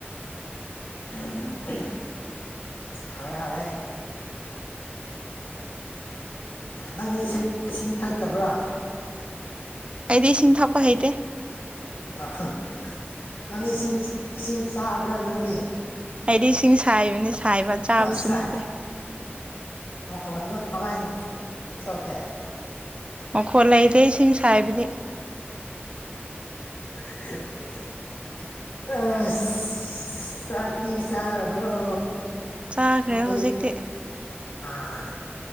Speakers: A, on the left; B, on the right.
A: ꯑꯝ ꯍꯤꯝ ꯍꯥꯎꯔꯦ ꯍꯥꯎꯔꯦ ꯅꯪꯗꯤ ꯏꯁꯤꯡ ꯏꯁꯤꯡ ꯊꯛꯇꯕ꯭ꯔꯥ
B: ꯑꯩꯗꯤ ꯏꯁꯤꯡ ꯊꯛꯄ ꯍꯩꯇꯦ
A: ꯑꯥꯍ ꯅꯪꯗꯤ ꯏꯁꯤꯡ ꯏꯁꯤꯡ ꯆꯥꯕ꯭ꯔꯥ ꯅꯪꯗꯤ
B: ꯑꯩꯗꯤ ꯏꯁꯤꯡ ꯁꯥꯏꯕꯅꯦ ꯁꯥꯏꯕ ꯆꯥꯕꯁꯨ
A: ꯑꯁ
B: ꯅꯠꯇꯦ
A: ꯃꯈꯣꯟꯗꯣ ꯀꯃꯥꯏꯟ ꯊꯣꯛꯒꯦ
B: ꯃꯈꯣꯠ ꯂꯩꯗꯦꯁꯤꯡ ꯁꯥꯏꯕꯗꯤ
A: <inaudible> ꯑꯁ ꯆꯥꯛꯇꯤ ꯆꯥꯔꯕ꯭ꯔꯣ
B: ꯆꯥꯈ꯭ꯔꯦ
A: ꯅꯈꯣꯏ
B: ꯍꯧꯖꯤꯛꯇꯤ
A: ꯑꯥ